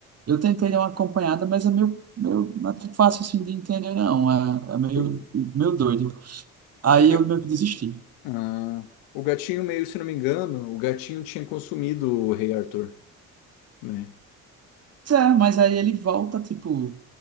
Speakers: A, on the right; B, on the left.
A: eu tentei dar uma acompanhada, mas é meio, meio não é tão fácil assim de entender, não, é, é meio,
B: Por-
A: meio doido. Aí
B: O, ga-
A: eu meio que desisti.
B: ah, o gatinho meio, se não me engano, o gatinho tinha consumido o Rei Arthur, né?
A: É, mas aí ele volta, tipo,